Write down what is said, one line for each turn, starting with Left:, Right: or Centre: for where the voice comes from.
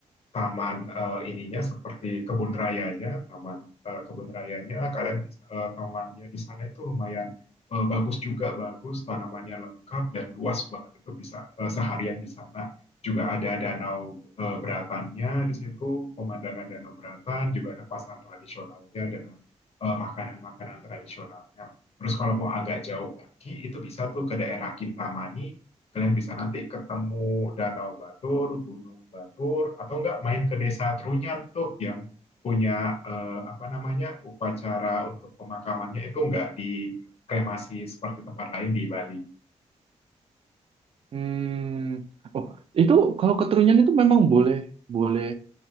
Left: taman eh, ininya seperti kebun rayanya, taman eh, kebun rayanya, kalian bisa, eh, tamannya di sana itu lumayan eh, bagus juga, bagus, tanamannya lengkap dan luas banget. Itu bisa eh, seharian di sana juga ada danau eh, beratannya di situ, pemandangan danau beratan, juga ada pasar tradisionalnya dengan eh, makanan-makanan tradisionalnya. Terus kalau mau agak jauh lagi, itu bisa tuh ke daerah Kintamani, kalian bisa nanti ketemu Danau Batur, Gunung Batur, atau enggak main ke Desa Trunyan tuh yang punya eh, apa namanya upacara untuk pemakamannya itu enggak dikremasi seperti tempat lain di Bali.
Right: Hmm. Oh, itu kalau ke Trunyan itu memang boleh boleh